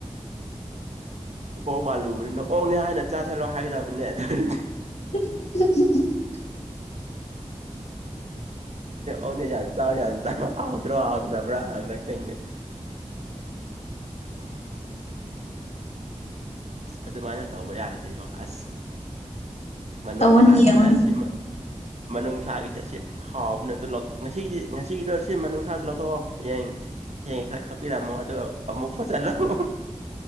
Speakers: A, on the right; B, on the left.
A: ꯑꯣꯛ ꯃꯥꯜꯂꯨꯕꯅꯤꯅ ꯑꯣꯛꯅꯦ ꯍꯥꯏꯅ ꯆꯥꯥꯁꯜꯂꯣ ꯍꯥꯏꯒꯗꯕꯅꯦ ꯑꯗꯨꯗꯤ
B: ꯎ
A: ꯑꯅꯦ ꯌꯥꯁꯥꯎ ꯌꯥꯁ ꯑꯥꯎꯇ꯭ꯔꯣ ꯑꯇ꯭ꯔ ꯅꯕ꯭ꯔꯅꯥꯒ ꯊꯅꯦ <unintelligible> ꯑꯁ ꯑꯗꯨꯃꯥꯏꯅ ꯇꯧꯕ ꯌꯥꯔꯁꯦꯀꯣ ꯑꯁ ꯃꯅꯨꯡ
B: ꯇꯧꯑꯣꯅꯦ
A: ꯁꯥꯔꯤꯗ
B: ꯌꯦꯡꯉꯣꯅꯦ
A: ꯑꯁꯤꯃ ꯃꯅꯨꯡꯅꯨꯡꯁꯥꯒꯤꯁꯦ ꯑꯁꯤ ꯍꯥꯎꯅ ꯑꯗꯨ ꯂꯧꯊꯣꯛ ꯉꯁꯤꯗꯤ ꯉꯁꯤꯗꯣ ꯑꯁꯤ ꯃꯅꯨꯡꯅꯨꯡꯁꯥꯗꯨ ꯂꯧꯊꯣꯛꯑꯣ ꯍꯌꯦꯡ ꯍꯌꯦꯡ ꯈꯔ ꯈꯥꯛꯄꯤꯔꯛꯝꯃꯣ ꯑꯗꯨꯒ ꯑꯃꯨꯛ ꯐꯖꯜꯂꯃꯣ